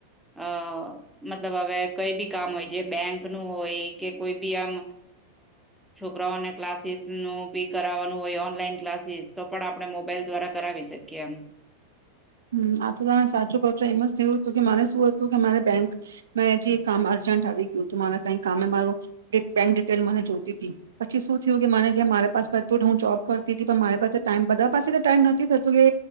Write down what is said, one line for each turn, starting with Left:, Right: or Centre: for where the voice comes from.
Centre: અ મતલબ હવે કઈ બી કામ હોય જે બેંક નું હોય કે કોઈ બી આમ છોકરાઓને ક્લાસીસ નું બી કરાવવાનું હોય ઓનલાઈન ક્લાસીસ તો પણ આપણે મોબાઈલ દ્વારા કરાવી શકીએ એમ
Right: હ આ તો સાચું કહ છો એમ જ થયું હતું કે મા શું હતું કે મારે બેંક મેં હજી એક કામ અર્જન્ટ આવી ગયું હતું મારા કઈ કમે મા બેંક ડિટેલ મને જોતી હતી પછી શું થયું કે મને મારી પાસે હું જોબ કરતી હતી પણ મારી પાસે ટ બધા પાસે ટાઈમ નથી થતોું કે